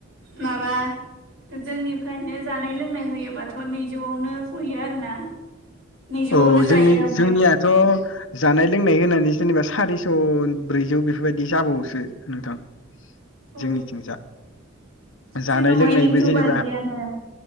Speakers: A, on the right; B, on the left.
A: माबा जोंनिफ्रायनो जानाय लोंनाय होयोबाथ' नैजौआवनो गयो आरोना। नैजौआवनो
B: औ जोंनि
A: गायो ओमफ्राय
B: जोंनियाथ' जानाय लोंनाय होनानै जेनेबा सारिस' ब्रैजौ बेफोरबायदि जाबावोसो नोंथां। <inaudible>
A: अ
B: <unintelligible> जोंनिथिं जा जानाय
A: जोंनावहाय
B: लोंनायबो
A: नैजौ
B: जेनेबा
A: बाजियानो